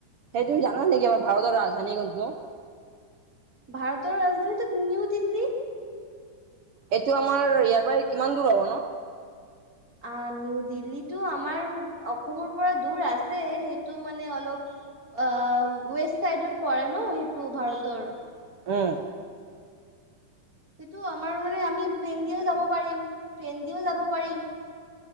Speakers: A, on the right; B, on the right.
A: এইটো
B: উম
A: জানা নেকি? আমাৰ ভাৰতৰ ৰাজধানী কোনটো?
B: ভাৰতৰ ৰাজধানীতো নিউ দিল্লী।
A: এইটো আমাৰ ইয়াৰ পৰা কিমান দূৰ হব ন?
B: আহ নিউ দিল্লীটো আমাৰ অসমৰ পৰা দূৰ আছে। সেইটো মানে অলপ আ ৱেষ্ট চাইডত পৰে ন সেইটো ভাৰতৰ।
A: উম
B: সেইটো আমাৰ মানে, আমি প্লেইন দিওঁ যাব পাৰিম, ট্ৰেইন দিওঁ যাব পাৰিম।